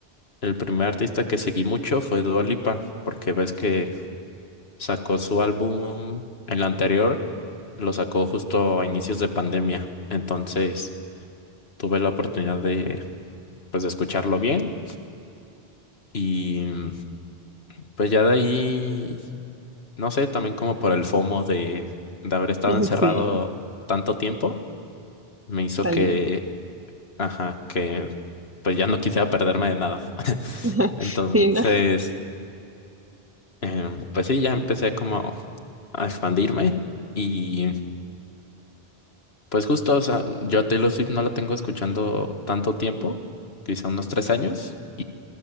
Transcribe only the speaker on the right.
<laughs>
Sí,
salir.
<laughs>
Sí, ¿no?